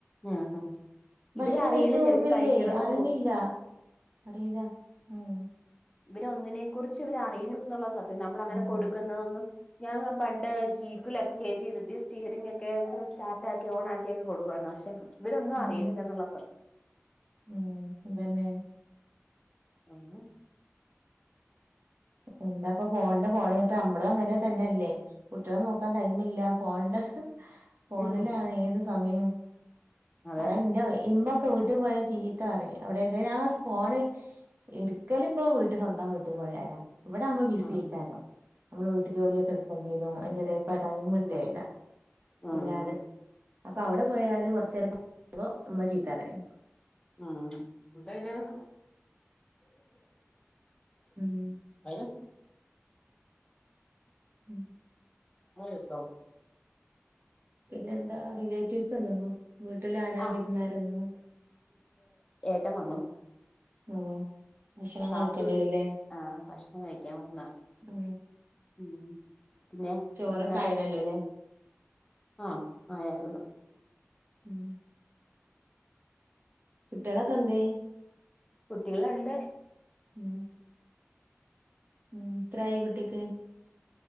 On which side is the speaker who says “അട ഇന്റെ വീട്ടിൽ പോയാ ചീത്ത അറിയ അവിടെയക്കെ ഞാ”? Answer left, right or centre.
Right